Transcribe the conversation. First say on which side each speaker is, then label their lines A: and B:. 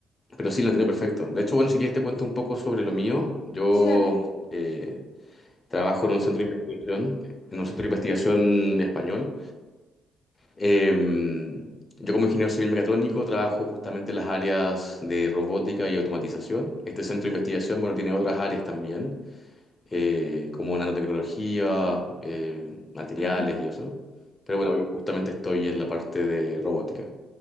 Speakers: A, on the left (about 30°); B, on the left (about 85°).
A: pero sí, lo entiendo perfecto. De hecho, bueno, si quieres te cuento un poco sobre lo mío. Yo
B: Sí, dale.
A: eh, trabajo en un centro de investigación, en un centro de investigación español. Eh, yo como ingeniero civil mecatrónico trabajo justamente en las áreas de robótica y automatización. Este centro de investigación, bueno, tiene otras áreas también, eh, como nanotecnología, eh, materiales
B: Ujú,
A: y eso. Pero bueno, yo justamente estoy en la parte de robótica.